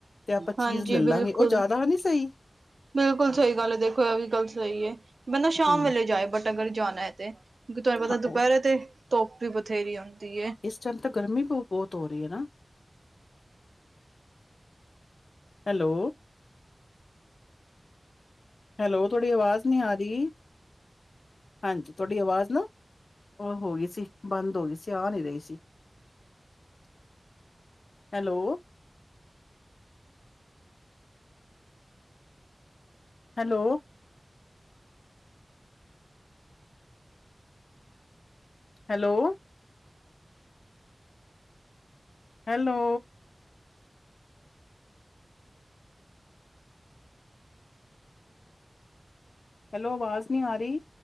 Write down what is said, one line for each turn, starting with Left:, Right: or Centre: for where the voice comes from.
Left: ਤੇ ਆਪਾਂ ਚੀਜ਼
Right: ਹਾਂਜੀ
Left: ਲੈਲਾਂਗੇ
Right: ਬਿਲਕੁਲ।
Left: ਉਹ ਜ਼ਿਆਦਾ ਨੀ ਸਹੀ
Right: ਬਿਲਕੁਲ ਸਹੀ ਗੱਲ ਏ ਦੇਖੋ ਇਹ ਵੀ ਗੱਲ ਸਹੀ ਏ ਬੰਦਾ ਸ਼ਾਮ
Left: ਹੂੰ
Right: ਵੇਲੇ ਜਾਏ ਬਟ ਅਗਰ ਜਾਣਾ ਏ ਤੇ। ਕਿਉਕਿ ਤੁਹਾਨੂੰ ਪਤਾ
Left: ਹਾਂ
Right: ਦੁਪਹਿਰੇ
Left: ਉਹ
Right: ਤੇ, ਧੁੱਪ ਵੀ ਬਥੇਰੀ ਆਉਂਦੀ ਹੈ।
Left: ਇਸ ਟਾਈਮ ਤਾਂ ਗਰਮੀ ਬ ਬਹੁਤ ਰਹੀ ਹੈ ਨਾ ਹੈਲੋ ਹੈਲੋ ਤੁਹਾਡੀ ਆਵਾਜ਼ ਨੀ ਆ ਰਹੀ। ਹਾਂਜੀ ਤੁਹਾਡੀ ਆਵਾਜ਼ ਨਾ, ਉਹ ਹੋ ਗਈ ਸੀ ਬੰਦ ਹੋ ਗਈ ਸੀ ਆ ਨੀ ਰਹੀ ਸੀ। <inaudible> Hello hello hello hello hello ਅਵਾਜ਼ ਨੀ ਆ ਰਹੀ।